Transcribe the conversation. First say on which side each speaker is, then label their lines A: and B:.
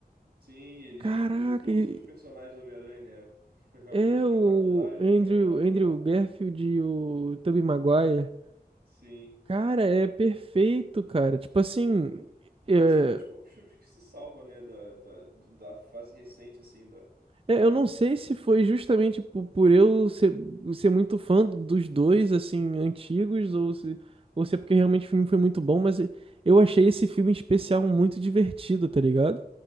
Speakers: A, on the right (about 80°); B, on the right (about 35°).
A: Sim, eles,
B: Caraca,
A: o, todos
B: e-
A: os personagens do Homem-Aranha, né? <laughs> Foi a-
B: é
A: O do Espetacular
B: o
A: e o
B: Andrew,
A: do Homem-Aranha um
B: Andrew
A: lá.
B: Garfield e o Tobey Maguire.
A: Sim.
B: Cara, é perfeito, cara. Tipo assim,
A: E
B: é,
A: Esse foi um dos poucos filmes que se salva, né, da, da, da fase recente, assim,
B: É, eu não sei se foi justamente po- por, eu ser, ser muito fã dos dois, assim, antigos, ou se, ou se é porque realmente o filme foi muito bom, mas eu achei esse filme em especial muito divertido, tá ligado?